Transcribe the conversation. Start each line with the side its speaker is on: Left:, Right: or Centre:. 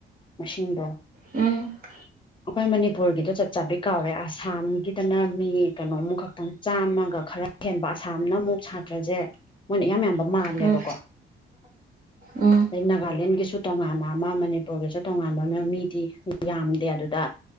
Left: ꯃꯁꯤꯡꯗꯣ
Right: ꯎꯝ
Left: ꯑꯈꯣꯏ ꯃꯅꯤꯄꯨꯔꯒꯤꯗ ꯆꯞ ꯆꯥꯕꯤ ꯀꯥꯎꯔꯦ ꯑꯁꯥꯝꯒꯤꯗꯅ ꯃꯤ ꯀꯩꯅꯣꯝ ꯈꯛꯇꯪ ꯆꯥꯝꯃꯒ ꯈꯔ ꯍꯦꯟꯕ ꯑꯁꯥꯝꯅ ꯑꯃꯨꯛ ꯁꯥꯇ꯭ꯔꯁꯦ ꯃꯣꯏꯅ ꯏꯌꯥꯝ ꯌꯥꯝꯕ ꯃꯥꯜꯂꯦꯕꯀꯣ
Right: ꯎꯝ ꯎꯝ
Left: ꯑꯗꯩ ꯅꯥꯒꯥꯂꯦꯟꯒꯤꯁꯨ ꯇꯣꯉꯥꯟꯅ ꯑꯃ ꯃꯅꯤꯄꯨꯔꯒꯤꯁꯨ ꯇꯣꯉꯥꯟꯕ ꯑꯃ ꯃꯤꯗꯤ ꯌꯥꯝꯗꯦ ꯑꯗꯨꯗ